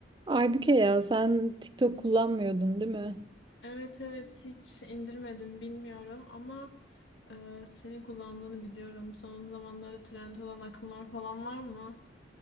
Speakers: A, on the right; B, on the left.
A: Aybüke ya sen TikTok kullanmıyordun değil mi?
B: Evet evet hiç indirmedim bilmiyorum ama e, senin kullandığını biliyorum. Son zamanlarda trend olan akımlar falan var mı?